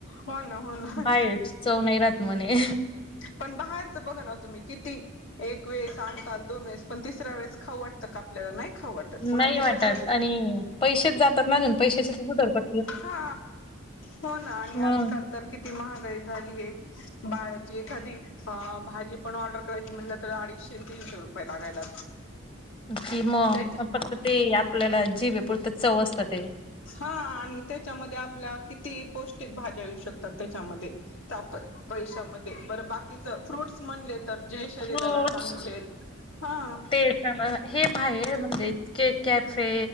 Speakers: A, on the left (about 65°); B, on the left (about 25°).
A: हो ना हो ना
B: बाहेर च चव नाही राहात म्हणे
A: पण बाहेर तर बघा ना तुम्ही किती एक वेळेस आणकाल दोन वेस पण तिसऱ्या वेळेस खाऊ वाटतं का आपल्याला नाही खाऊ वाटत पुन्हा
B: नाही
A: ते
B: वाटात
A: कसं
B: आणि पैसेच जातात ना पैशाचे उधडपड
A: हा हो ना आणि
B: मग
A: आजकाल तर किती महागाई झाली आहे बाहरची एखादी भाजी पण ऑर्डर करायची म्हण तर आडीचशे तीनशे रुपये लागायला
B: कि मग
A: त्याच्या
B: फक्त ते आपल्याला जिभे पुरत चव असतात
A: हा आणि त्याच्यामध्ये आपल्या किती पौष्टिक भाज्या येऊ शकतात त्याच्यामध्ये त्या पैशामध्ये बरं बाकीच फ्रूट्स म्हणले तर जे शरीराला
B: फ्रूट्स
A: चांगलेत... हा
B: ते हे बाहेर म्हणजे इतके कॅफे